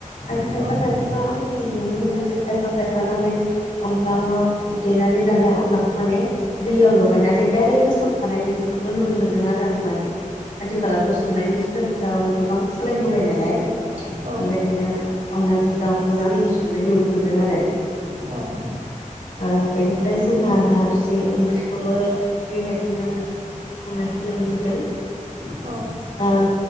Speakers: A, on the left; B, on the right.
A: आरो
B: औ
A: खायफा-खायफा <unintelligible> आं नुनो मोनदों जे खायफा - खायफानाव बे अनला देनानै लानाय अनलाखौ माने दैयाव लगायनानै डाइरेक्ट होसनखानाय बेफोरखौबो नुनो मोन्दों आरो। मोजां माने आथिखालावथ संनायनि सिटाइलफोरा गोबां सालायबोबाय नालाय।
B: औ
A: बेबायदिनो अनलाजों दाउखौ आं संनाय नुनो मोनदों आरो।
B: औ।
A: ओ बेनिफ्राय जोंहा नारजि ओंख्रिखौबो बेबायदिनो संनायखौ नुनो मोनदों।
B: औ।
A: ओ